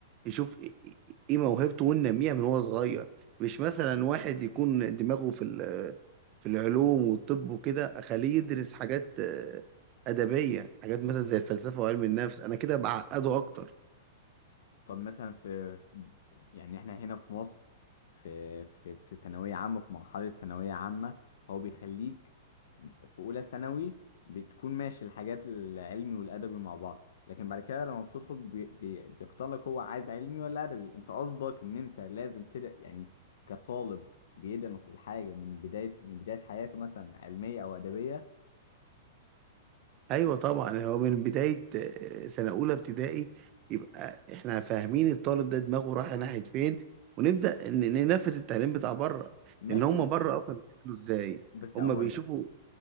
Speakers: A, on the right; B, on the left.
A: يشوف ايه إيه موهبته وينميها من هو صغير مش مثلا واحد يكون دماغه في ال- في العلوم والطب وكده اخليه يدرس حاجات آه، ادبيه حاجات مثلا زي الفلسفه وعلم النفس انا كده بعقده اكتر
B: طب مثلا في يعني احنا هنا في مصر في في في ثانوية عامة في مرحلة ثانوية عامة هو بيخليك في أولى ثانوي بتكون ماشي الحاجات العلمي والأدبي مع بعض لكن بعد كده لما بتدخل بي بي بيختار لك هو عايز علمي ولا أدبي أنت قصدك إن أنت لازم تبدأ يعني كطالب بيدرس الحاجة من بداية من بداية حياته مثلا علمية أو أدبية
A: ايوه طبعا هو من بدايه آه، سنه اولى ابتدائي يبقى احنا فاهمين الطالب ده دماغه رايحه ناحيه فين ونبدا ن- ننفذ التعليم بتاع بره
B: ماشي
A: لان هم
B: بس
A: بره اصلا بيعملوا ازاي
B: بس
A: هم
B: هقول
A: بيشوفوا
B: لك